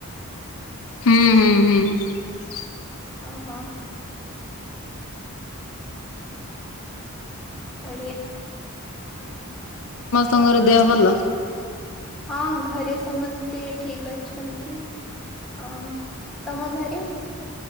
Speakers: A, on the left; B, in the centre.
A: ହୁଁ, ହୁଁ, ହୁଁ।
B: ଓ ହୋ। ଓଡ଼ିଆ
A: ତୋମର ଦେହ ଭଲ
B: ହଁ ଘରେ ସମସ୍ତେ ଠିକ ଅଛନ୍ତି। ଅ, ତୋମ ଘରେ?